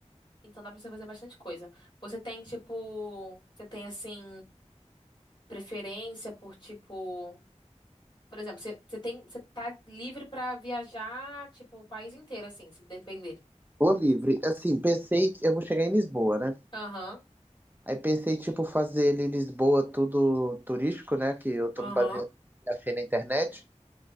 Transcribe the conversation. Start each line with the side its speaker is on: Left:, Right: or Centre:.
Left: Então dá pra você fazer bastante coisa. Você tem, tipo, você tem assim. preferência por tipo, por exemplo, você você tem, você tá livre pra viajar, tipo, o país inteiro assim, se depender.
Right: Tô livre. Assim, pensei que eu vou chegar em Lisboa, né?
Left: Aham.
Right: Aí pensei, tipo, fazer ali Lisboa tudo turístico, né? Que eu tô
Left: Aham.
Right: me baseando no que achei na internet.